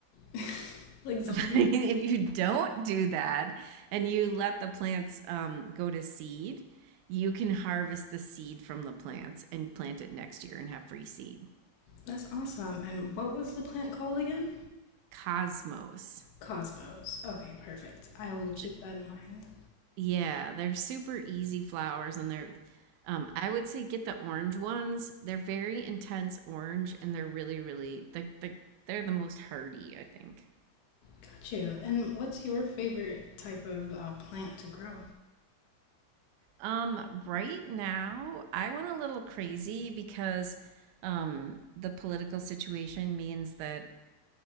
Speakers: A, on the left; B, on the right.
A: <laughs> like zombies.
B: <laughs> if you don't do that and you let the plants um, go to seed, you can harvest the seed from the plants and plant it next year and have free seed.
A: That's awesome. And what was the plant called again?
B: Cosmos.
A: Cosmos. Okay, perfect. I will keep
B: J-
A: that in mind.
B: Yeah, they're super easy flowers and they're um, I would say get the orange ones. They're very intense orange and they're really, really like the, they're the most hardy, I think.
A: Got you. And what's your favorite type of uh, plant to grow?
B: Um, right now, I went a little crazy because um, the political situation means that